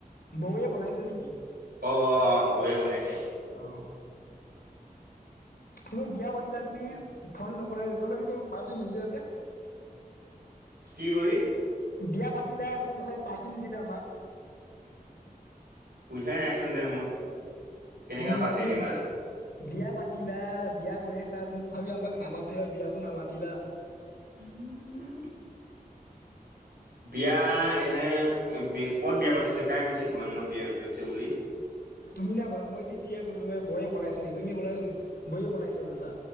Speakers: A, on the left (about 85°); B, on the right (about 80°).
A: বৌয়ে বনাইছে নেকি?
B: অ অ অ বৌয়ে বনাইছিল।
A: অ তুমি বিয়া পতিল তুমি ফোন নকৰা ত চি তম পাৰতি নিদে আছে
B: কি কৰি
A: বিয়া পাতিলা তুমি তথাপি পাৰ্তি নিদিলা আমাক
B: পইচাই নাইচোন ৰে মোৰ। কেনেকৈ
A: উম
B: পাতি
A: তুমি
B: দিম আৰু
A: বিয়া পাতিলা বিয়া কৰি আছা তুমি তথাপি আমাক নামাতিলা বিয়াতো নামাতিলা।
B: উম। বিয়া এনে কত বিয়া পাতিছো কাই গৈছে তোমাক মই বিয়া পাতিছে বুলি?
A: তুমি না কলা মই যি কো তু বয়ে বনাইছ নি তুমি কলাচোন বয়ে বাইছে বও য়ে ছা